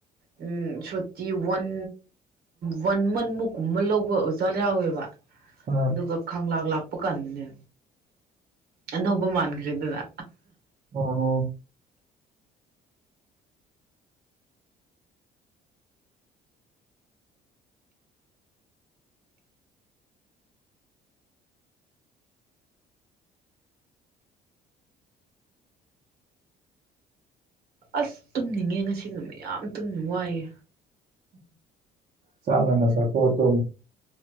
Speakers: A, on the right; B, on the right.
A: ꯎꯝ ꯁꯇꯤ ꯋꯥꯟ ꯋꯥꯟ ꯃꯟ ꯃꯨꯛꯀꯨꯝꯕ ꯂꯧꯕ ꯑꯣꯖꯥ ꯌꯥꯎꯋꯦꯕ
B: ꯎꯝ
A: ꯑꯗꯨꯒ ꯈꯪꯂꯥ ꯂꯥꯛ ꯀꯅꯦꯅ ꯑꯅꯧꯕ ꯃꯥꯟꯈ꯭ꯔꯦꯗꯅꯥ
B: ꯑꯣ
A: ꯑꯁ ꯇꯨꯝꯅꯤꯡꯉꯦ ꯉꯁꯤ ꯅꯨꯃꯤꯠ ꯌꯥꯝ ꯇꯨꯝꯅ ꯋꯥꯏꯌꯦ
B: ꯆꯂꯅ ꯁꯥꯊꯣꯠꯇ